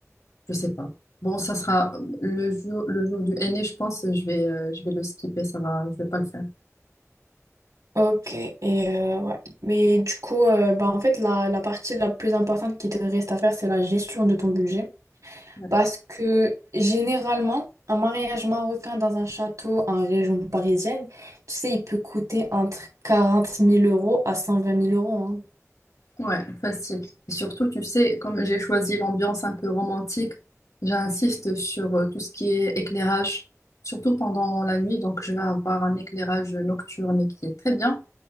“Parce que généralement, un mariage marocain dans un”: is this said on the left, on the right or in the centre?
Right